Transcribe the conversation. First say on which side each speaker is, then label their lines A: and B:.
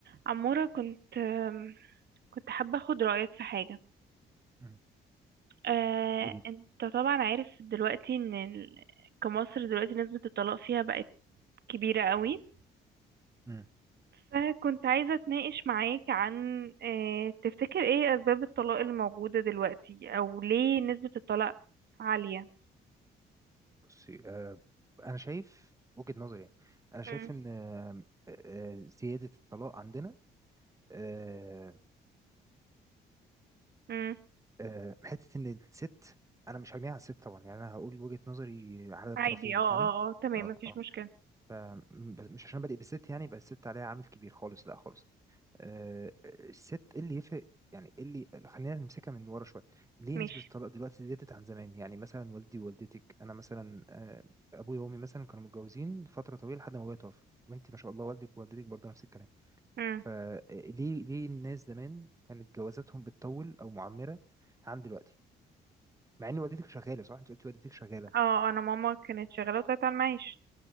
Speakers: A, on the right (about 55°); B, on the right (about 15°).
A: عمورة كنت آم، كنت حابة أخد رأيك في حاجة
B: مم.
A: آه،
B: قولي لي
A: أنت طبعا عارف دلوقتي إن ال- كمصر دلوقتي نسبة الطلاق فيها بقت كبيرة قوي
B: مم.
A: فكنت عايزة أتناقش معاك عن آه، تفتكر إيه أسباب الطلاق اللي موجودة دلوقتي أو ليه نسبة الطلاق عالية
B: بصي آه انا شايف وجهة نظري يعني انا شايف
A: مم.
B: ان آه آه زيادة الطلاق عندنا آه
A: مم.
B: آه حتة ان الست انا مش هرميها على الست طبعا يعني انا هقول وجهة نظري على الطرفين
A: عادي اه اه
B: فاهمة
A: اه تمام
B: اه
A: مفيش
B: اه
A: مشكلة
B: م- بس- مش عشان بادئ بالست يعني يبقى الست عليها عامل كبير خالص لا خالص آه، الست ايه اللي يفرق يعني ايه اللي خلينا نمسكها من ورا شويه ليه
A: ماشي
B: نسبه الطلاق دلوقتي زادت عن زمان يعني مثلا والدي ووالدتك انا مثلا آه، ابويا وامي مثلا كانوا متجوزين فتره طويله لحد ما ابويا توفى وانت ما شاء الله والدك ووالدتك برضه نفس الكلام
A: مم.
B: فليه ليه الناس زمان كانت جوازاتهم بتطول او معمره عن دلوقتي مع ان والدتك شغاله صح انت قلتي والدتك شغاله
A: اه آه، أنا ماما كانت شغالة وطلعت على المعاش